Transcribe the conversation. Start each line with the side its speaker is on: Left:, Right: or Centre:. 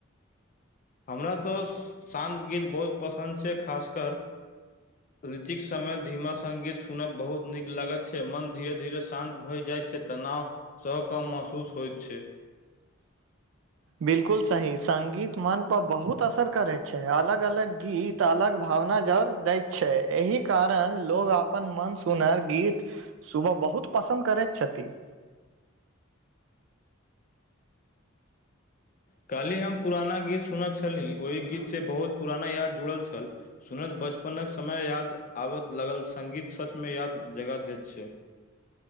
Left: हमरा तऽ शान्त गीत बहुत पसन्द छै खासकर रीतिक समय धीमा सङ्गीत सुनब बहुत नीक लगैत छै मन धीरे धीरे शान्त भऽ जाइ छै तनाव सँ कम महसूस होइत छै <inaudible>
Right: बिल्कुल सही संगीत मन पर बहुत असर करे छै अलग अलग गीत अलग भावना जर दैत छै एहि कारण लोग अपन मन सुनर गीत सुबह बहुत पसन्द करैत छथिन
Left: काल्हिी हम पुराना गीत सुनैत छली ओहि गीतसँ बहुत पुराना याद जुड़ल छल सुनैत बचपनक समय याद आबय लागल सङ्गीत सचमे याद जगाँ दैत छै